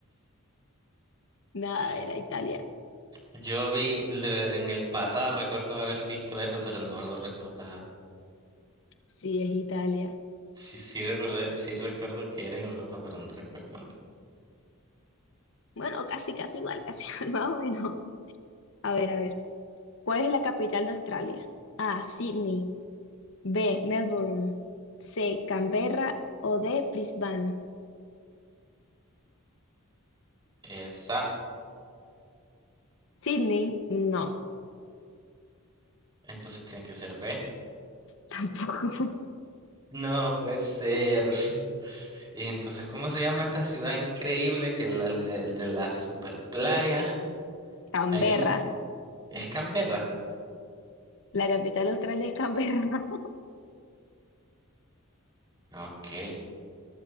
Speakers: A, on the left; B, on the right.
A: nada,
B: Sí.
A: era Italia.
B: Yo vi le- en el pasado, recuerdo haber visto eso, pero no lo recordaba.
A: Sí, es Italia.
B: Sí, sí recordé, sí recuerdo que era en Europa, pero no recuerdo dónde.
A: Bueno, casi, casi igual, casi <laughs> igual, más o menos. A ver, a ver. ¿Cuál es la capital de Australia? A, Sydney, B, Melbourne, C, Canberra o D, Brisbane.
B: Esa.
A: Sydney, no,
B: Entonces tiene que ser B.
A: tampoco.
B: No puede ser.
A: <laughs>
B: <laughs> Y entonces, ¿cómo se llama esta ciudad increíble que la el de, de la super playa?
A: Canberra,
B: Ahí en... ¿Es Canberra?
A: la capital de Australia es Canberra. <laughs>
B: Ok,